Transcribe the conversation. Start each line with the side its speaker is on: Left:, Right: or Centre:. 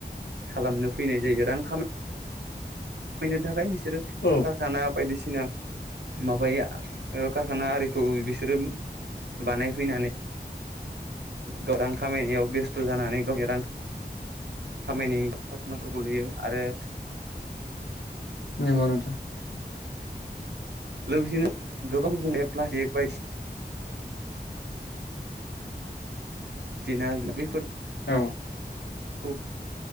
Right: खालामनो फैनाय जायो रां खामाय खायनो थाखाय बिसोरो
Left: औ
Right: कारखाना बायदिसिना माबाया ओ कारखाना आरिखौ बिसोरो बानायफैनानै गरां खामायनायाव बेस्थ' जानानै गावनि रां खामायनायनि खारखानाफोरखौ लुयो आरो
Left: नगनोथ
Right: लोगोसेनो गोबां गुबनाय प्लास्टिक बायदिसिना दिना बैफोर
Left: औ
Right: खौ